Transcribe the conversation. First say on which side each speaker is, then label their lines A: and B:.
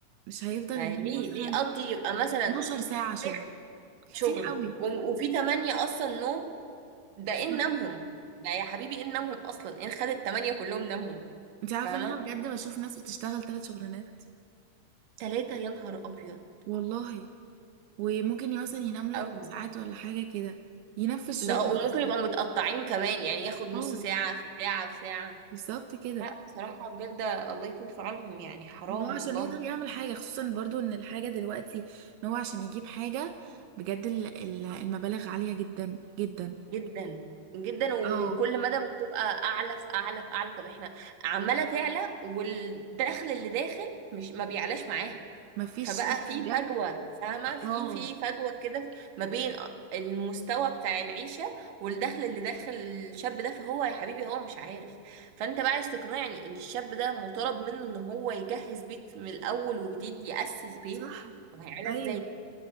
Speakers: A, on the right (about 80°); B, on the right (about 60°).
A: مش هيفضل
B: فليه
A: ان هو مثلا
B: ليه يقضي يبقى مثلا
A: 12 ساعة
B: واحد
A: شغل كتير
B: شغل
A: قوي
B: وم- وفي تمانية اصلا نوم ده
A: بس
B: ان نامهم ده يا حبيبي ان نامهم اصلا ان خد التمانية كلهم نامهم
A: انت عارفة
B: فاهمة
A: ان انا بجد بشوف ناس بتشتغل ثلاث شغلانات
B: تلاتة يا نهار ابيض
A: والله وممكن مثلا ينام له
B: قوي
A: اربع ساعات ولا حاجة كده ينام في الشغل
B: ده وممكن
A: اصلا
B: يبقى متقطعين كمان يعني ياخد نص
A: اه
B: ساعة في ساعة في ساعة
A: بالظبط كده
B: لا بصراحة بجد الله يكون في عونهم يعني حرام
A: هو عشان
B: والله
A: يقدر يعمل حاجة خصوصا برضو ان الحاجة دلوقتي ان هو عشان يجيب حاجة بجد ال- ال- المبالغ عالية جدا جدا
B: جدا جدا وكل
A: اه
B: مدى بتبقى اعلى في اعلى في اعلى طب احنا عماله تعلى والدخل اللي داخل مش ما بيعلاش معاها
A: مفيش
B: فبقى
A: شاب
B: في
A: بجد
B: فجوه فاهمه في
A: اه
B: في فجوه كده في- ما بين المستوى بتاع العيشه والدخل اللي داخل الشاب ده فهو يا حبيبي هو مش عارف فانت بقى عايز تقنعني ان الشاب ده مطالب منه ان هو يجهز بيت من الاول وجديد ياسس بيت
A: صح
B: طب هيعملها
A: ايوه
B: ازاي